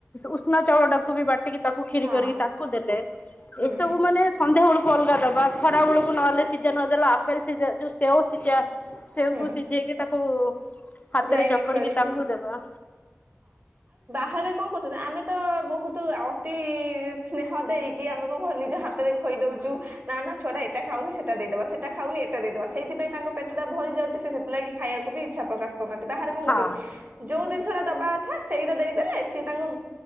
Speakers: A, on the left (about 35°); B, on the right (about 45°).
A: ଉଷୁନା ଚାଉଳଟାକୁ ବି ବାଟିକି ତାକୁ କ୍ଷୀରି
B: ହଁ
A: କରିକି ତାକୁ ଦେଲେ ।
B: ହୁଁ
A: ଏସବୁ ମାନେ ସନ୍ଧ୍ୟା ବେଳକୁ ଅଲଗା ଦବା ଖରା ବେଳକୁ ନହେଲେ ସିଝା ନଦଲେ ଆପେଲ ସିଝା ଜୋ ସେଓ ସିଝା ସେଓକୁ
B: ହୁଁ
A: ସିଝେଇକି ତାକୁ ହାତରେ
B: ଗ୍ରାଇଣ୍ଡିଙ୍ଗ
A: ଚକଡିକି
B: କରିକି
A: ତାକୁ ଦେବା।
B: ବାହରେ କଣ କରୁଛନ୍ତି ଆମେ ତ ବହୁତ ଅତି ସ୍ନେହ ଦେଇକି ଆମେ କଣ ନିଜ ହାତରେ ଖୋଇଦଉଛୁ ନା ନା ଛୁଆଟା ଏଟା ଖାଉନି ସେଇଟା ଦେଇଦବା ସେଇଟା ଖାଉନି ଏଇଟା ଦେଇଦବା ସେଇଥିପାଇଁ ତାଙ୍କ ପେଟ ଟା ଭରି ଯାଉଛି। ସେଥିଲାଗି ଖାଇବାକୁ ବି ଇଚ୍ଛା ପ୍ରକାଶ କରୁନାହାନ୍ତି ବାହାରେ କଣ କରୁଛନ୍ତି
A: ହଁ
B: ଯୋଉ ଜିନିଷଟାଦବା ଆଚଛା ସେଇଟା ଦେଇଦେଲେ ସିଏ ତାଙ୍କୁ